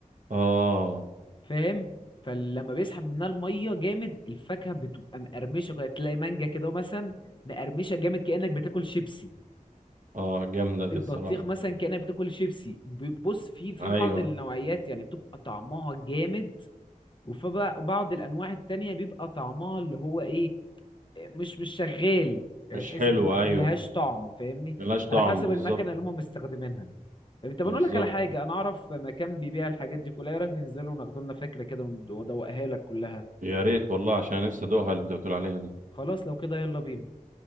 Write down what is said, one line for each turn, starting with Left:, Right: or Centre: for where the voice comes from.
Right: اه
Left: فاهم فلما بيسحب منها المية جامد الفاكهة بتبقى مقرمشة كده تلاقي مانجا كده مثلا مقرمشة جامد كأنك بتاكل شيبسي
Right: اه جامده
Left: البطيخ
Right: دي الصراحه
Left: مثلا كأنك بتاكل شيبسي بص في في
Right: ايوه
Left: بعض النوعيات يعني بتبقى طعمها جامد وبعض الانواع التانية بيبقى طعمها اللي هو ايه مش مش شغال يعني
Right: مش
Left: تحس
Right: حلوه
Left: ان هي مل-
Right: ايوه
Left: ملهاش طعم فاهمني
Right: ملهاش
Left: على
Right: طعم
Left: حسب
Right: بالظبط
Left: المكنه اللي هم مستخدمينها يعني طب
Right: بالظبط
Left: انا اقول لك على حاجه انا اعرف مكان بيبيع الحاجات دي كلها ايه رايك ننزل وناخد لنا فكره كده وند- وادوقها لك كلها
Right: يا ريت والله عشان أنا نفسي ادوقها اللي انت بتقول عليها دي
Left: خلاص لو كده يلا بينا